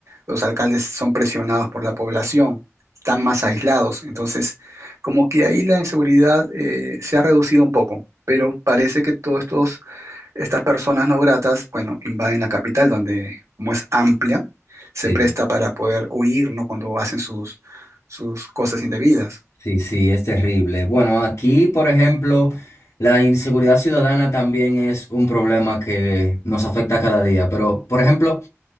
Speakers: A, on the right; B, on the left.
A: Los alcaldes son presionados por la población, están más aislados. Entonces, como que ahí la inseguridad eh, se ha reducido un poco, pero parece que todos estos estas personas no gratas, bueno, invaden la capital donde, como es amplia, se
B: sí.
A: presta para poder huir, ¿no? Cuando hacen sus, sus cosas indebidas.
B: Sí, sí, es terrible. Bueno, aquí, por ejemplo, la inseguridad ciudadana también es un problema que nos afecta cada día. Pero, por ejemplo,